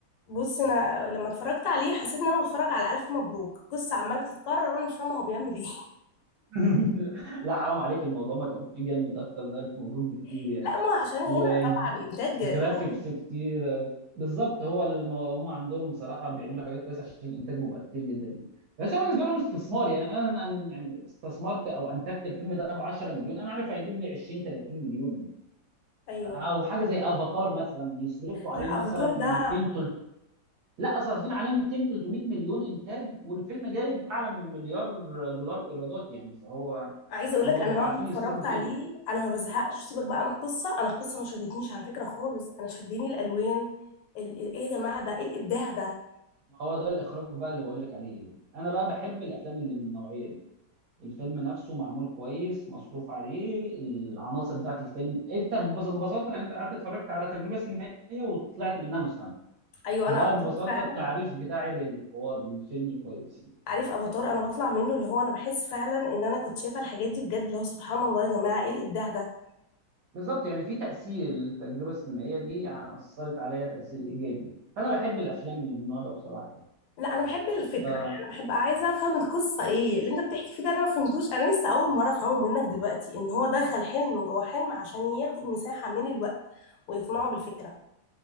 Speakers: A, on the left; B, on the right.
A: بص انا لما اتفرجت عليه حسيت ان انا بتفرج على الف مبروك قصه عماله تتكرر وانا مش فاهمه هو بيعمل ايه
B: <laughs> لا حرام عليك الموضوع ما تعبتي جامد اكتر من الف مبروك بكتير
A: <laughs>
B: يعني
A: لا ما هو عشان هنا
B: وجرافيكس
A: طبعا انتاج اوروبي
B: كتير بالظبط هو الم... هم عندهم بصراحه بيعملوا حاجات كويسه عشان الانتاج بيبقى كتير جدا يعني بس هو بالنسبه لهم استثمار يعني انا أنا- يعني استثمرت او انتجت الفيلم ده ب 10 مليون انا عارف هيجيب لي 20 30 مليون يعني
A: ايوه
B: او حاجه زي افاتار مثلا يصرفوا
A: لا
B: عليه مثلا
A: افاتار ده
B: 200 300 لا صارفين عليه 200 300 مليون انتاج والفيلم جايب اعلى من مليار دولار ايرادات يعني فهو
A: عايزه اقول
B: هم
A: لك انا
B: بيبقوا
A: مهما
B: عارفين
A: اتفرجت
B: يصرفوا فين
A: عليه
B: يعني
A: انا ما بزهقش سيبك بقى من القصه انا القصه ما شدتنيش على فكره خالص انا شدني الالوان ال- ايه يا جماعه ده ايه الابداع ده
B: ما هو ده الاخراج بقى اللي بقول لك عليه انا بقى بحب الافلام اللي من النوعيه دي الفيلم نفسه معمول كويس مصروف عليه العناصر بتاعت الفيلم انت ببس- ببساطه انت قعدت اتفرجت على تجربه سينمائيه وطلعت منها مستمتع
A: ايوه
B: ده
A: انا افاتار
B: ببساطه
A: فعلا
B: التعريف بتاعي للحوار للفيلم كويس يعني
A: عارف افاتار انا بطلع منه اللي هو انا بحس فعلا ان انا كنت شايفه الحاجات دي بجد اللي هو سبحان الله يا جماعه ايه الابداع ده
B: بالظبط يعني في تاثير التجربه السينمائيه دي اثرت عليا تاثير ايجابي يعني فانا بحب الافلام اللي من النوع ده بصراحه
A: لا انا بحب الفكره
B: يعني
A: يعني انا بحب عايزه افهم القصه ايه اللي انت بتحكي فيه ده انا ما فهمتوش انا لسه اول مره افهمه منك دلوقتي ان هو دخل حلم جوه حلم عشان ياخد مساحه من الوقت ويقنعه بالفكره